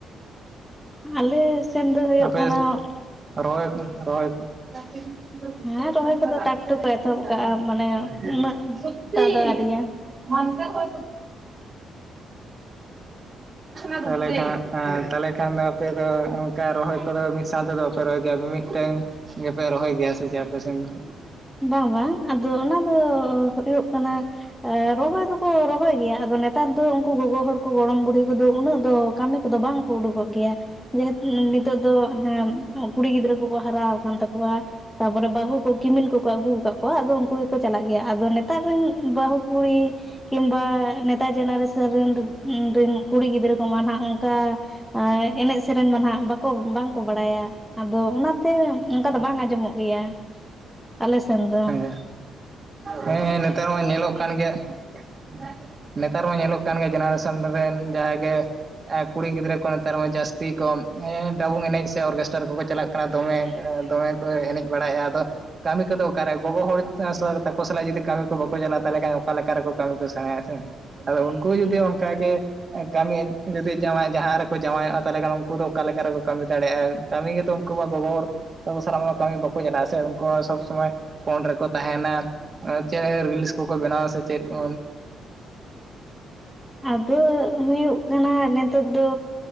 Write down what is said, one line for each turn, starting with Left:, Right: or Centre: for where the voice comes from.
Centre: ᱟᱞᱮ ᱥᱮᱱ ᱫᱚ ᱦᱳᱭᱳᱜ
Right: ᱟᱯᱮ
Centre: ᱠᱟᱱᱟ ᱼᱼ
Right: ᱨᱚᱦᱚᱭ ᱠᱚ ᱨᱚᱦᱚᱭ ᱠᱚ ᱼᱼ <unintelligible>
Centre: ᱦᱮᱸ ᱨᱚᱦᱚᱭ ᱠᱚᱫᱚ ᱴᱟᱠ ᱴᱩᱠ ᱠᱚ ᱮᱛᱚᱦᱚᱵ ᱠᱟᱜᱼᱟ ᱢᱟᱱᱮ ᱩᱱᱟᱹᱜ ᱴᱟᱜ ᱫᱚ ᱟᱹᱣᱨᱤᱭᱟ
Right: <unintelligible> ᱦᱮᱸ ᱟᱪᱷᱟ ᱟᱪᱷᱟ <inaudible> ᱛᱟᱦᱞᱮ ᱠᱷᱟᱱ ᱫᱚ ᱟᱯᱮ ᱫᱚ ᱚᱱᱠᱟ ᱨᱚᱦᱚᱭ ᱠᱚᱫᱚ ᱢᱤᱫ ᱥᱟᱶ ᱛᱮᱫᱚ ᱼᱼ ᱯᱮ ᱨᱚᱦᱚᱭ <inaudible> ᱢᱤᱫ ᱴᱮᱝ ᱜᱮᱯᱮ ᱨᱚᱦᱚᱭ ᱠᱮᱭᱟ ᱥᱮ ᱪᱮᱫ ᱟᱯᱮ ᱥᱮᱱ ᱫᱚ?
Centre: ᱵᱟᱝ ᱵᱟᱝ ᱟᱫᱚ ᱚᱱᱟ ᱫᱚ ᱦᱩᱭᱩᱜ ᱼᱼ ᱠᱟᱱᱟ ᱮ ᱨᱚᱦᱚᱭ ᱫᱚᱠᱚ ᱨᱚᱦᱚᱭ ᱜᱮᱭᱟ ᱟᱫᱚ ᱱᱮᱛᱟᱨ ᱫᱚ ᱩᱱᱠᱩ ᱜᱚᱜᱚ ᱦᱚᱲ ᱠᱚ ᱜᱚᱲᱚᱢ ᱵᱩᱰᱷᱤ ᱼᱼ ᱠᱚᱫᱚ ᱩᱱᱟᱹᱜ ᱫᱚ ᱠᱟᱹᱢᱤ ᱠᱚᱫᱚ ᱵᱟᱝ ᱠᱚ ᱩᱰᱩᱠᱚᱜ ᱜᱮᱭᱟ ᱡᱮ ᱦᱤᱛ ᱮᱸ ᱱᱤᱛᱚᱜ ᱫᱚ ᱦᱮᱸ ᱠᱩᱲᱤ ᱜᱤᱫᱽᱨᱟᱹ ᱠᱚᱠᱚ ᱦᱟᱨᱟᱣ ᱟᱠᱟᱱ ᱛᱟᱠᱚᱣᱟ ᱾ ᱛᱟᱯᱚᱨᱮ ᱵᱟᱹᱦᱩ ᱠᱚ ᱠᱤᱢᱤᱱ ᱠᱚᱠᱚ ᱟᱹᱜᱩ ᱠᱟᱜ ᱠᱚᱣᱟ ᱟᱫᱚ ᱩᱱᱠᱩ ᱜᱮᱠᱚ ᱪᱟᱞᱟᱜ ᱜᱮᱭᱟ ᱟᱫᱚ ᱱᱮᱛᱟᱨ ᱨᱮᱱ ᱼᱼ ᱵᱟᱹᱦᱩ ᱠᱩᱲᱤ ᱠᱤᱢᱵᱟ ᱱᱮᱛᱟ ᱡᱮᱱᱟᱨᱮᱥᱚᱱ ᱨᱮᱱ ᱼᱼ ᱨᱮᱱ ᱠᱩᱲᱤ ᱜᱤᱫᱽᱨᱟᱹ ᱠᱚᱢᱟ ᱦᱟᱸᱜ ᱚᱱᱠᱟ ᱼᱼ ᱮᱱᱮᱡ ᱥᱮᱨᱮᱧ ᱢᱟ ᱱᱟᱜ ᱵᱟᱠᱚ ᱵᱟᱝᱠᱚ ᱵᱟᱲᱟᱭᱟ ᱼᱼ ᱟᱫᱚ ᱚᱱᱟᱛᱮ ᱚᱱᱠᱟ ᱫᱚ ᱵᱟᱝ ᱟᱸᱡᱚᱢᱚᱜ ᱜᱮᱭᱟ ᱟᱞᱮ ᱥᱮᱱ ᱫᱚ
Right: ᱦᱮᱸ
Centre: ᱾
Right: ᱦᱮᱸ ᱱᱮᱛᱟᱨ ᱢᱟ ᱧᱮᱞᱚᱜ ᱠᱟᱱ ᱜᱮ ᱼᱼ ᱱᱮᱛᱟᱨ ᱢᱟ ᱧᱮᱞᱚᱜ ᱠᱟᱱ ᱜᱮ ᱡᱮᱱᱟᱨᱮᱥᱚᱱ ᱨᱮᱱ ᱡᱟᱦᱟᱸᱭ ᱜᱮ ᱼᱼ ᱠᱩᱲᱤ ᱜᱤᱫᱽᱨᱟᱹ ᱠᱚ ᱱᱮᱛᱟᱨ ᱢᱟ ᱡᱟᱹᱥᱛᱤ ᱠᱚ ᱰᱟᱵᱩᱝ ᱮᱱᱮᱡ ᱥᱮ ᱚᱨᱠᱮᱥᱴᱟᱨ ᱠᱚᱠᱚ ᱪᱟᱞᱟᱜ ᱼᱼ ᱫᱚᱢᱮ ᱮ ᱫᱚᱢᱮ ᱠᱚ ᱮᱱᱮᱡ ᱵᱟᱲᱟᱭᱮᱫᱼᱟ ᱟᱫᱚ ᱾ ᱠᱟᱹᱢᱤ ᱠᱚᱫᱚ ᱚᱠᱟᱨᱮ ᱜᱚᱜᱚ ᱦᱚᱲ ᱛᱟᱠᱚ ᱥᱟᱞᱟᱜ ᱡᱩᱫᱤ ᱠᱟᱢᱤ ᱠᱚ ᱵᱟᱠᱚ ᱪᱟᱞᱟᱜᱼᱟ ᱛᱟᱦᱚᱞᱮ ᱠᱷᱟᱱ ᱚᱠᱟ ᱞᱮᱠᱟ ᱨᱮᱠᱚ ᱠᱟᱹᱢᱤ ᱠᱚ ᱥᱮᱬᱟᱭᱟ ᱥᱮ ᱼᱼ ᱟᱫᱚ ᱩᱱᱠᱩ ᱡᱩᱫᱤ ᱚᱱᱠᱟᱜ ᱜᱮ ᱼᱼ ᱠᱟᱹᱢᱤ ᱡᱩᱫᱤ ᱡᱟᱶᱟᱭ ᱡᱟᱦᱟᱸ ᱨᱮᱠᱚ ᱡᱟᱶᱟᱭᱚᱜᱼᱟ ᱛᱟᱦᱞᱮ ᱠᱷᱟᱱ ᱩᱱᱠᱩ ᱫᱚ ᱚᱠᱟᱞ ᱞᱮᱠᱟ ᱨᱮᱠᱚ ᱠᱟᱹᱢᱤ ᱫᱟᱲᱮᱭᱟᱜᱼᱟ ᱾ ᱠᱟᱹᱢᱤ ᱜᱮᱛᱚ ᱩᱱᱠᱩ ᱢᱟ ᱜᱚᱜᱚ ᱦᱚᱲ ᱛᱟᱠᱚ ᱥᱟᱞᱟᱜ ᱢᱟ ᱠᱟᱹᱢᱤ ᱵᱟᱠᱚ ᱪᱟᱞᱟᱜᱼᱟ ᱥᱮ ᱾ ᱥᱚᱵᱽ ᱥᱚᱢᱚᱭ ᱯᱷᱳᱱ ᱨᱮᱠᱚ ᱛᱟᱦᱮᱱᱟ ᱾ ᱪᱮᱫ ᱨᱤᱞᱤᱥ ᱠᱚᱠᱚ ᱵᱮᱱᱟᱣᱟ ᱥᱮ ᱪᱮᱫ <unintelligible>
Centre: ᱟᱫᱚ ᱦᱩᱭᱩᱜ ᱠᱟᱱᱟ ᱱᱤᱛᱚᱜ ᱫᱚ